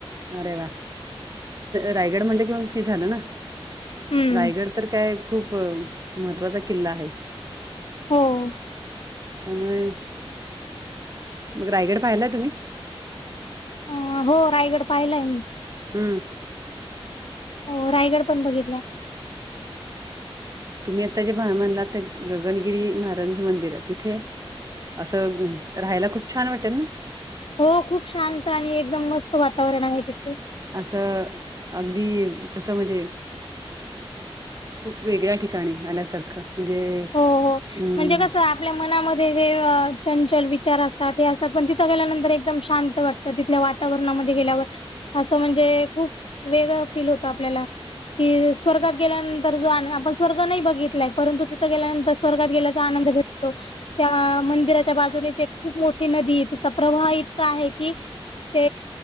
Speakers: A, on the right (about 35°); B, on the left (about 70°).
A: अरे वा रायगड म्हणलं कि मग हे झालं ना
B: हम्म
A: रायगड.... तर काय खूप महत्त्वाचा किल्ला आहे.....
B: हो....
A: त्यामुळे मग रायगड पाहिलाय तुम्ही.....
B: अ हो रायगड पाहिलाय मी.....
A: हम्म....
B: हो रायगड पण बघितलाय....
A: तुम्ही आता जे भा मानला ते गगनगिरी महाराजांचं मंदिर आहे तिथे.... असं राहायला खूप छान वाटेल ना....
B: हो खूप शांत आणि एकदम मस्त वातावरण आहे तिथे.....
A: असं अगदी कसं म्हणजे..... खूप वेगळ्या ठिकाणी आल्यासारखं म्हणजे.....
B: हो हो
A: अं
B: म्हणजे कसं..... आपल्या मनामध्ये जे चंचल विचार असतात हे असतात पण तिथं गेल्यानंतर एकदम शांत वाटत..... तिथल्या वातावरणामध्ये गेल्यावर असं म्हणजे खूप वेगळं फील होतं आपल्याला.... कि स्वर्गात गेल्यानंतर जो आपण स्वर्ग नाही बघितलाय परंतु.... तिथं गेल्यानंतर स्वर्गात गेल्याचा आनंद भेटतो. त्या मंदिराच्या बाजूनेच एक खूप मोठी नदी ए. तिचा प्रवाह इतका आहे की ते